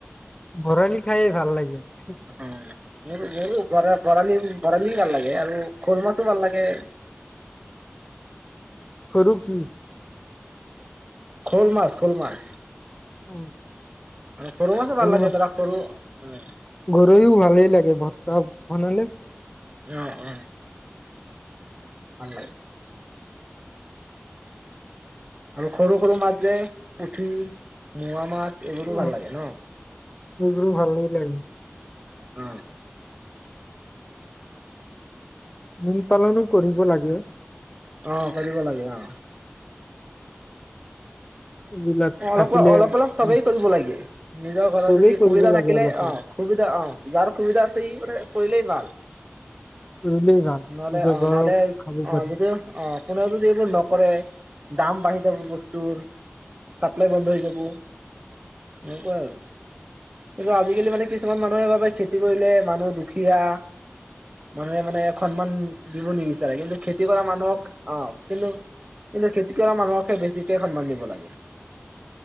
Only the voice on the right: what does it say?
অ' ম মোৰো ঘৰত ভৰালি ভৰালি ভাল লাগে আৰু শ'ল মাছো ভাল লাগে
শ'ল মাছ শ'ল মাছ
আৰু সৰু মাছো
ভাল লাগে ধৰা সৰু উ
অ অ' ভাল লাগে আৰু সৰু সৰু মাছ যে পুঠি মোৱা মাছ। এইবোৰো
ভাল লাগে ন?
অহ!
আহ কৰিব লাগে অ'
অ অলপ
অলপ অলপ চবেই
কৰিব লাগে নিজৰ ঘৰত
যদি
সুবিধা
থাকিলে
অ
সুবিধা অ' যাৰ সুবিধা আছে সি মানে কৰিলেই ভাল,
নহলে
অ
নহলে
অ
যিটো অ' কোনেও যদি এইবোৰ নকৰে দাম বাঢ়ি। যাব বস্তুৰ চাপ্লাই বন্ধ হৈ যাব এনেকুৱা আৰু কিন্তু আজিকালি মানে কিছুমান মানুহে ভাবে খেতি কৰিলে মানুহ দুখীয়া মানুহে মানে সন্মান দিব নিবিচা কিন্তু খেতি কৰা মানুহক আহ কিন্তু কিন্তু খেতি কৰা মানুহকহে বেছিকে সন্মান দিব লাগে।